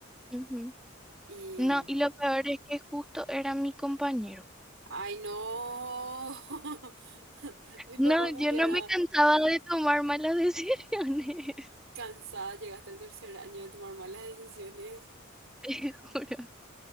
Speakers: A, in the centre; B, on the right.
A: Ujú.
B: Y,
A: No, y lo peor es que justo era mi compañero.
B: ay no, <laughs> mi
A: No,
B: papá me
A: yo
B: había
A: no
B: dado
A: me cansaba de tomar malas decisiones, <laughs>
B: cansada, llegaste al tercer año de tomar malas decisiones.
A: te juro.